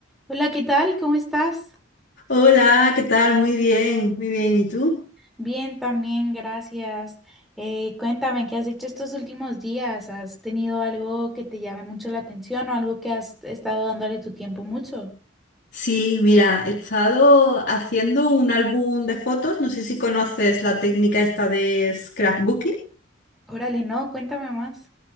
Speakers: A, in the centre; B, on the left.
A: Hola, ¿qué tal? ¿Cómo estás?
B: Hola, ¿qué tal? Muy bien, muy bien. ¿Y tú?
A: Bien, también, gracias. Eh, cuéntame, ¿qué has hecho estos últimos días? ¿Has tenido algo que te llame mucho la atención o algo que has estado dándole tu tiempo mucho?
B: Sí, mira, he estado haciendo un álbum de fotos. No sé si conoces la técnica esta de scrapbooking.
A: Órale, no, cuéntame más.